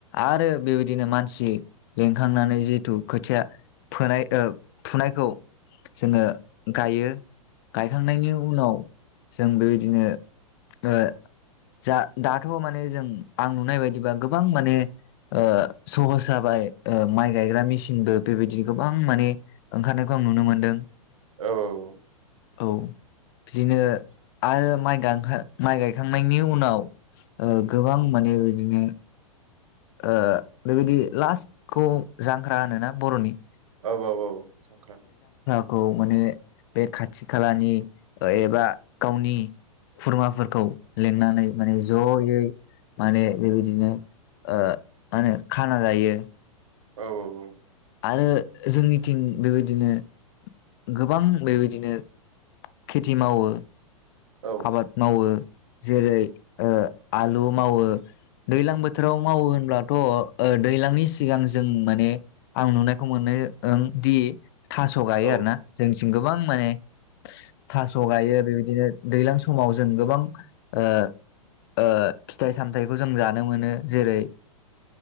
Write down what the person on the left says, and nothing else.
आरो बेबायदिनो मानसि लिंखांनानै जिहेथु खोथिया फोनाय थुनायखौ जोङो गायो। गायखांनायनि उनाव जों बेबायदिनो ओ जा दाथ' माने जों आं नुनाय बायदिबा गोबां माने ओ सहस जाबाय माइ गायग्रा मेसिनबो बेबायदिनो गोबां माने ओंखारनायखौ आं नुनो मोनदों।
औ बिदिनो आरो माइ गांखा माइ गायखांनायनि उनाव ओ गोबां माने बिदिनो ओ बेबायदि लास्टखौ जांख्रा होनोना बर'नि
खौ माने बे खाथि खालानि एबा गावनि खुरमाफोरखौ लिंनानै माने जयै माने बेबायदिनो ओ मा होनो खाना जायो।
आरो जोंनिथिं बेबायदिनो गोबां बेबायदिनो खेथि मावो
आबाद मावो जेरै ओ आलु मावो दैलां बोथोराव मावो होनब्लाथ' ओ दैलांनि सिगां जों माने आं नुनायखौ मोनोओ दि थास' गायो
आरो ना जोंनिथिम गोबां माने थास' गायो बेबायदिनो दैलां समाव जों गोबां ओ ओ फिथाइ सामथायाइखौ जों जानो मोनो जेरै